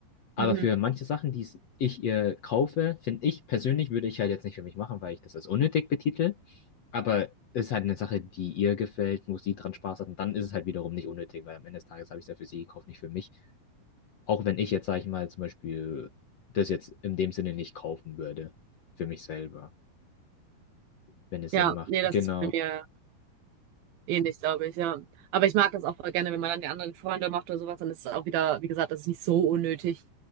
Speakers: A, on the left (about 55°); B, on the right (about 70°).
A: Aber
B: Mhm.
A: für manche Sachen, die ich ihr kaufe, finde ich persönlich, würde ich halt jetzt nicht für mich machen, weil ich das als unnötig betitel. Aber es ist halt eine Sache, die ihr gefällt, wo sie dran Spaß hat. Und dann ist es halt wiederum nicht unnötig, weil am Ende des Tages habe ich es ja für sie gekauft, nicht für mich. Auch wenn ich jetzt, sage ich mal, zum Beispiel das jetzt in dem Sinne nicht kaufen würde, für mich selber, wenn es
B: Ja,
A: Sinn macht.
B: nee,
A: Genau.
B: das ist bei mir ähnlich, glaube ich, ja. Aber ich mag das auch voll gerne, wenn man dann die anderen Freunde macht oder sowas, dann ist es auch wieder, wie gesagt, das ist nicht so unnötig,